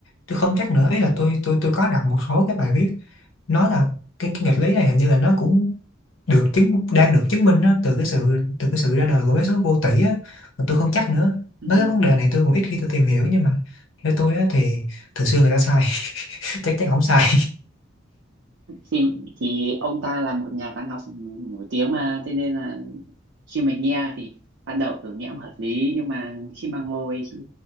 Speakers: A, on the left; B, on the right.
A: tôi không chắc nữa ấy là tôi tôi tôi có đọc một số cái bài viết nói là cái, cái nghịch lý này hình như là nó cũng được chứng đang được chứng minh á, từ cái sự từ cái sự ra đời của vé số vô tỷ á mà tôi không chắc nữa
B: ừ.
A: nói cái vấn đề này tôi cũng ít khi tôi tìm hiểu nhưng mà theo tôi á, thì thường xưa người ta sai <laughs> chắc chắn không sai
B: thì thì ông ta là một nhà toán học nổi tiếng mà thế nên là khi mình nghe thì ban đầu tưởng nghe cũng hợp lý nhưng mà khi mà ngồi khi